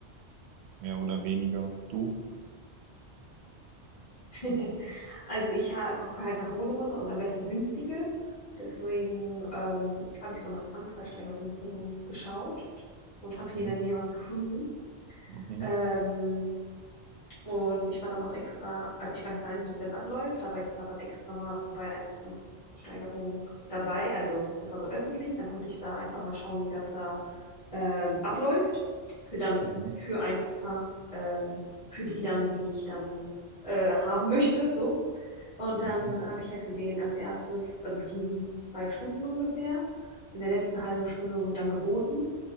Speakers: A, on the right; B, on the left.
A: mehr oder weniger. Du?
B: <laughs> Also ich ha gucke halt nach Wohnungen und am besten günstige. Deswegen ähm, habe ich so nach Zwangsversteigerungswohnungen geschaut und habe
A: Mhm,
B: hier in der Nähe was gefunden.
A: mhm,
B: Ähm, Und ich war dann auch extra, also ich weiß gar nicht so, wie das abläuft, aber ich war dann extra mal bei einer Zwangsversteigerung dabei. Also das war so öffentlich, dann konnte ich da einfach mal schauen, wie das da ähm, abläuft. Für dann,
A: mhm,
B: für einfach, ähm, für die dann, die ich dann äh, haben möchte, so. Und
A: mhm,
B: dann habe ich halt gesehen, als erstes, also es ging so zwei Stunden ungefähr. In der letzten halben Stunde wurde dann geboten.